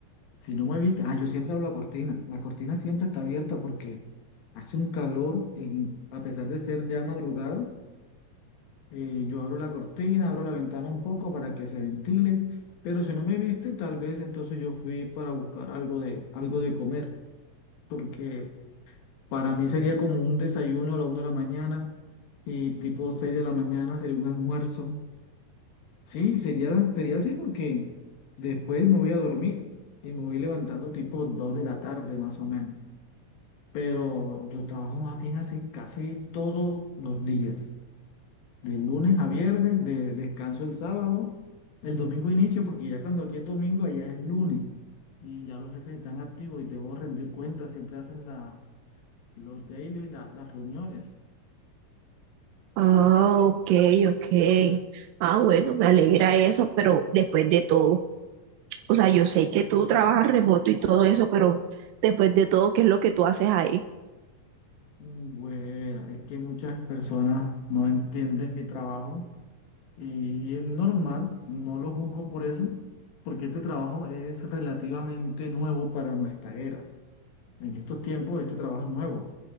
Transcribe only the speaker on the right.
Ah, ok, ok. Ah, bueno, me alegra eso, pero después de todo. O sea, yo sé que tú trabajas remoto y todo eso, pero después de todo, ¿qué es lo que tú haces ahí?